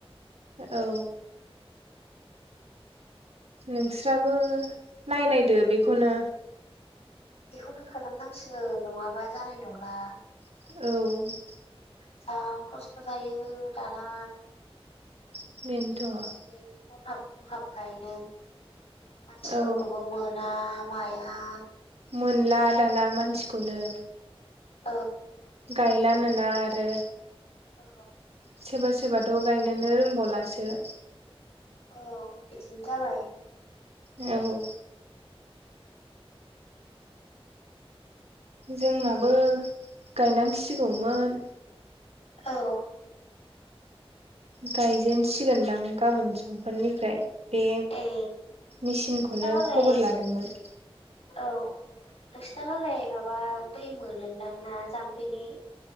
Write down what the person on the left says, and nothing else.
बेखौनो खालामनांसिग नङाबा जानाय नंला।
जा खस्थ' जायो दाना।
बिदि गंहाब गंहाब गायनो मानसिफोरखौबो
मोन ना माइाया
औ
अ
औ बिदिनो जाबाय
औ
ए
नोंसिना मालाय
औ नोंसिना मालाय माबा दै मोनोनदां ना जाम्फैनि